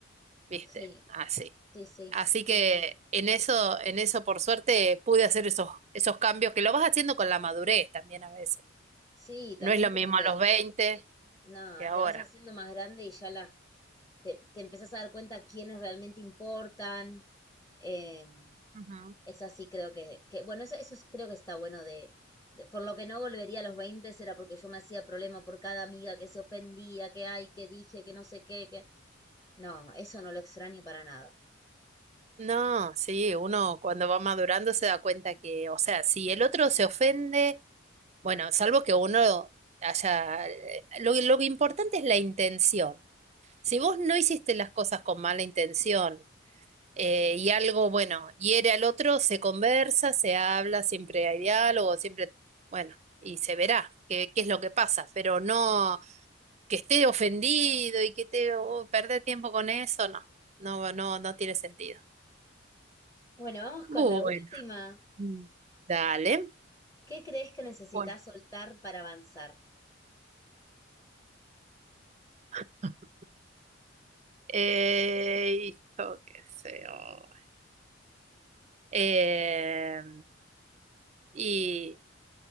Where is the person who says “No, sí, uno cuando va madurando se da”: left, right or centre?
Right